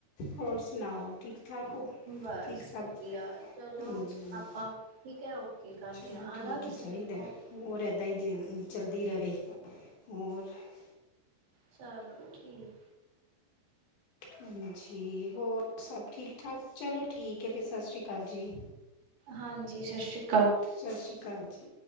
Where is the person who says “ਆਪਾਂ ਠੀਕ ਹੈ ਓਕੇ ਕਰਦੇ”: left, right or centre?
Right